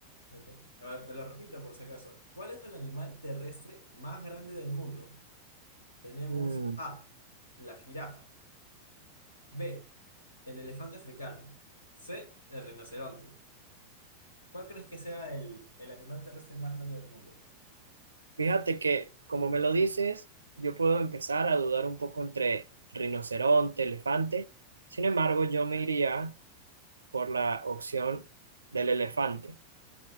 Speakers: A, on the left; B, on the right.
A: Ok. A ver, te lo repito por si acaso. ¿Cuál es el animal terrestre más grande del mundo? Tenemos
B: Mm,
A: A, la jirafa, B, el elefante africano, C, el rinoceronte. ¿Cuál crees que sea el, el animal terrestre más grande del mundo?
B: Fíjate que, como me lo dices, yo puedo empezar a dudar un poco entre rinoceronte, elefante. Sin embargo, yo me iría por la opción del elefante.